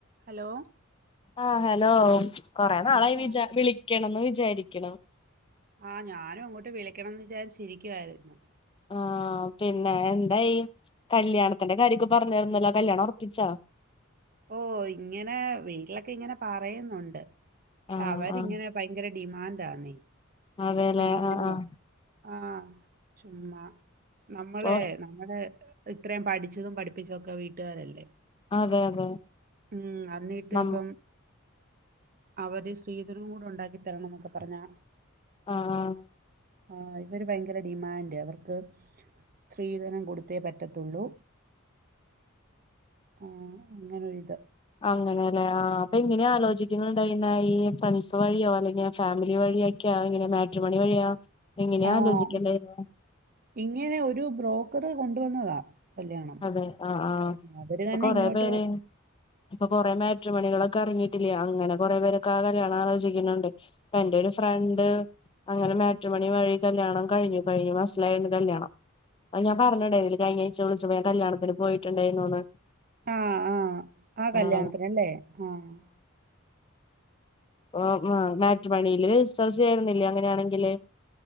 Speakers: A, on the right (about 45°); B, on the left (about 25°).
A: Hello
B: ആഹ് hello കൊറേ നാളായി
A: ആഹ് പറ
B: വിചാ വിളിക്കണംന്ന് വിചാരിക്കണു
A: ആഹ് ഞാനും അങ്ങോട്ട് വിളിക്കണന്ന് വച്ച് ഇരിക്കുവായിരുന്നു
B: ആഹ് പിന്നെ എന്തായി കല്യാണത്തിന്റെ കാര്യക്കെ പറഞ്ഞാരുന്നല്ലോ കല്യാണം ഉറപ്പിച്ചോ
A: ഓഹ് ഇങ്ങനെ വീട്ടിലൊക്കെ ഇങ്ങനെ പറയുന്നുണ്ട് പക്ഷെ
B: ആഹ്
A: അവരിങ്ങനെ
B: ആഹ്
A: ഭയങ്കര ഡിമാൻടാന്നേ
B: അതെല്ലേ
A: സ്രീധനോം
B: ആഹ് ആഹ്
A: ആഹ് ചുമ്മാ നമ്മളെ
B: അപ്പൊ
A: നമ് നമ്മളെ ഇത്രയും പഠിച്ചതും പഠിപ്പിച്ചതൊക്കെ വീട്ടുകാരല്ലേ
B: അതെ അതെ
A: ഉം അന്നിട്ട്
B: നമ്മ
A: ഇപ്പം അവര് സ്ത്രീധനം കൂടെ ഉണ്ടാക്കിത്തരണം എന്നൊക്കെ പറഞ്ഞാ
B: ആഹ്
A: ആഹ് ഇവര് ഭയങ്കര ഡിമാന്റ് അവർക്ക് സ്ത്രീധനം കൊടുത്തേ പറ്റത്തുള്ളൂ ആഹ് അങ്ങനൊരിത്
B: അങ്ങനെല്ലെ ആ അപ്പൊ ഇങ്ങനെ ആലോചിക്കുന്നുണ്ടായിരുന്ന ഈ ഫ്രണ്ട്സ് വഴിയോ അല്ലെങ്കിൽ ഫാമിലി വഴിയോ എങ്ങനെ മാട്രിമോണി വഴിയാ എങ്ങനെയാ
A: ആഹ്
B: ആലോചിക്കണ്ടത്
A: ഇങ്ങനെ ഒരു ബ്രോക്കറ് കൊണ്ടുവന്നതാ കല്യാണം
B: അതെ ആഹ് ആഹ്
A: അവര് തന്നെ ഇങ്ങോട്ട്
B: പേര് ഇപ്പൊ കൊറേ മാട്രിമണികളൊക്കെ ഇറങ്ങിയിട്ടില്ലേ അങ്ങനെ കൊറേ പേരൊക്കെ ആ കല്യാണം ആലോചിക്കുന്നുണ്ട് എന്റെ ഒരു ഫ്രണ്ട് അങ്ങനെ മാട്രിമണി വഴി കല്യാണം കഴിഞ്ഞു കഴിഞ്ഞു മാസ്സിലായിരുന്നു കല്യാണം ഞാൻ പറഞ്ഞുണ്ടായിരുന്നില്ലേ കഴിഞ്ഞാഴ്ച വിളിച്ചപ്പോൾ ഞാൻ കല്യാണത്തിന് പോയിട്ടുണ്ടായിരുന്നുന്ന്
A: ആഹ് ആഹ് ആ കല്യാണത്തിനല്ലേ
B: ആണോ
A: ആഹ്
B: ഓഹ് ആഹ് മാട്രിമോണിയില് സെർച്ച്‌ ചെയ്യായിരുന്നില്ലേ അങ്ങനെയാണങ്കില്